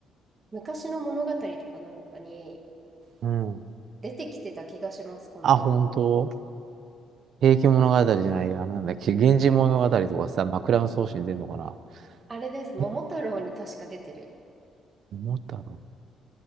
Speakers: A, on the right; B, on the right.
A: 昔の物語とかなんかに
B: うん。
A: 出てきてた気がします、この鳥。
B: あ、本当平家物語じゃないや。なんだっけ、源氏物語とかさ、枕草子に出るのかな。
A: あれです、桃太郎に確か出てる。
B: え、桃太郎。